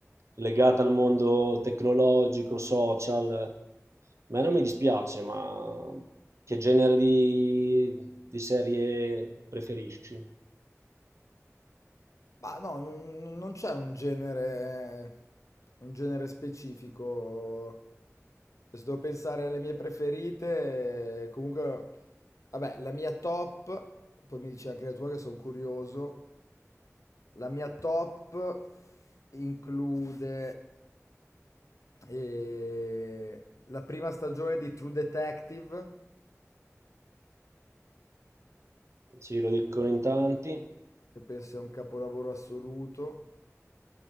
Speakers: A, on the right (about 60°); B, on the left (about 75°).
A: legata al mondo tecnologico, social. A me non mi dispiace, ma che genere di di serie preferisci?
B: Ma no, non non c'è un genere, un genere specifico. Cioè, Se devo pensare alle mie preferite, eh, comunque, vabbè, la mia top, poi mi dici anche la tua che sono curioso. La mia top include eh, la prima stagione di True Detective,
A: Sì, lo dicono in tanti,
B: che penso sia un capolavoro assoluto.